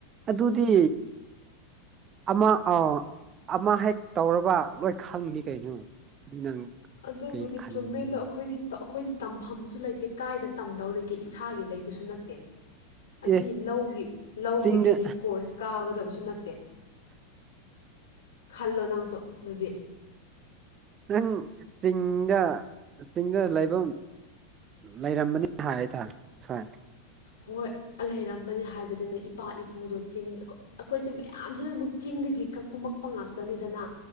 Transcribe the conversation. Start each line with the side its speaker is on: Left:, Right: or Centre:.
Right: ꯑꯗꯨꯗꯤ ꯑꯃ ꯑꯃ ꯍꯦꯛ ꯇꯧꯔꯕ ꯂꯣꯏ ꯈꯪꯅꯤ ꯀꯩꯅꯣ ꯑꯗꯨ ꯅꯪ
Left: ꯑꯗꯨꯕꯨꯗꯤ
Right: ꯀꯩ ꯈꯟꯕꯅꯣ
Left: ꯆꯨꯝꯃꯤꯗꯣ ꯑꯩꯈꯣꯏ ꯑꯩꯈꯣꯏꯗꯤ ꯇ ꯑꯩꯈꯣꯏ ꯇꯝꯐꯝꯁꯨ ꯂꯩꯇꯦ ꯀꯥꯏꯗ ꯇꯝꯗꯧꯔꯤꯒꯦ ꯏꯁꯥꯒꯤ ꯂꯩꯕꯁꯨ ꯅꯠꯇꯦ ꯑꯁꯤ
Right: ꯑꯦ
Left: ꯂꯧꯒꯤ ꯂꯧꯒꯤ
Right: ꯆꯤꯡꯗ
Left: ꯇ꯭ꯔꯦꯅꯤꯡ ꯀꯣꯔꯁ ꯀꯥꯒꯗꯕꯁꯨ ꯅꯠꯇꯦ ꯈꯜꯂꯣ ꯅꯪꯁꯨ ꯑꯗꯨꯗꯤ
Right: ꯅꯪ ꯆꯤꯡꯗ ꯆꯤꯡꯗ ꯂꯩꯐꯝ ꯂꯩꯔꯝꯕꯅꯤꯅ ꯍꯥꯏ <unintelligible>
Left: ꯍꯣꯏ ꯂꯩꯔꯝꯕꯅꯦ ꯍꯥꯏꯕꯗꯨꯅ ꯏꯄꯥ ꯏꯄꯨꯗꯣ ꯆꯤꯡꯗ ꯑꯩꯈꯣꯏꯁꯦ ꯃꯌꯥꯝꯁꯨ ꯑꯗꯨꯝꯃꯛ ꯆꯤꯡꯗꯒꯤ ꯀꯨꯝꯃꯛꯄ ꯉꯥꯛꯇꯅꯤꯗꯅ